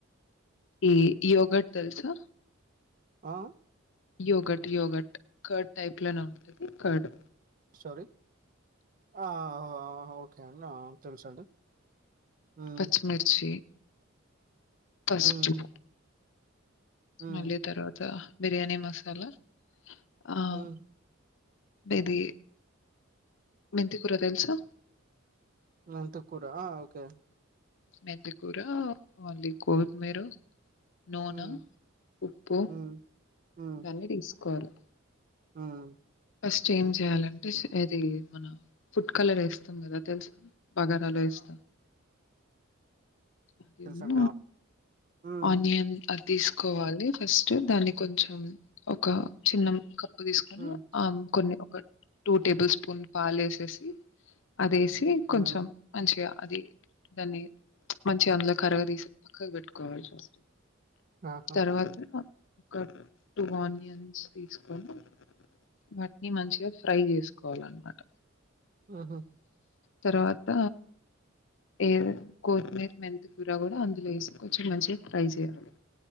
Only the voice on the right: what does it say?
ఆ
సోరి ఆ ఆ ఓకే అండి తెలుసండి హ్మ్
హ్మ్ హ్మ్
హ్మ
మెంతి కూరా ఆ ఓకే
హ్మ్
హ్మ్ హ్మ్
హ్మ్
తెలుసండి ఆ హ్మ్
హ్మ్
హ్మ్
ఆహా!
హు హు